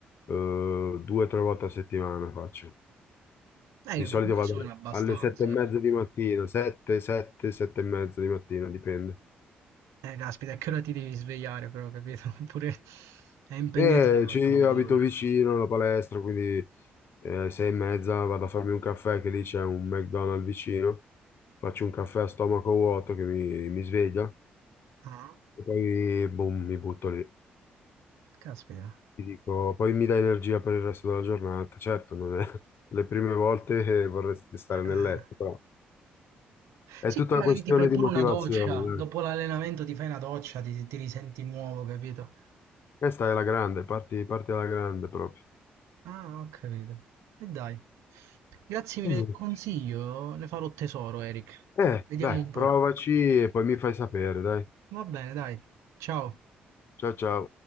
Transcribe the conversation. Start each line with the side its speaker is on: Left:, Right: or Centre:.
Left: eh, due o tre volte a settimana faccio.
Right: Eh,
Left: Di
Right: io
Left: solito
Right: comunque
Left: vado
Right: sono abbastanza,
Left: alle sette e mezza
Right: eh.
Left: di mattina, sette, sette, sette e mezza di mattina, dipende.
Right: Eh, caspita, a che ora ti devi svegliare però, capito? <laughs> Oppure è impegnativo,
Left: Eh, ci
Right: è impegnativo.
Left: io abito vicino alla palestra, quindi eh, sei e mezza vado a farmi un caffè, che lì c'è un McDonald's vicino, faccio un caffè a stomaco vuoto che mi, mi sveglia
Right: Ah,
Left: e poi boom, mi butto lì.
Right: caspita.
Left: Ti dico, poi mi dà energia per il resto della giornata. Certo, non è <laughs> le prime volte che vorresti stare
Right: Eh,
Left: nel letto, però è
Right: Sì,
Left: tutta
Right: poi
Left: una
Right: magari
Left: questione
Right: ti fai pure
Left: di motivazione.
Right: una doccia,
Left: eh.
Right: dopo l'allenamento ti fai una doccia, ti, ti risenti nuovo, capito?
Left: Questa è la grande, parti, parti alla grande proprio.
Right: Ah, ho capito. E dai. Grazie mille
Left: Quindi,
Right: del consiglio, ne farò tesoro, Eric.
Left: Eh,
Right: Vediamo
Left: dai,
Right: un po'.
Left: provaci e poi mi fai sapere, dai.
Right: Va bene, dai. Ciao.
Left: Ciao ciao.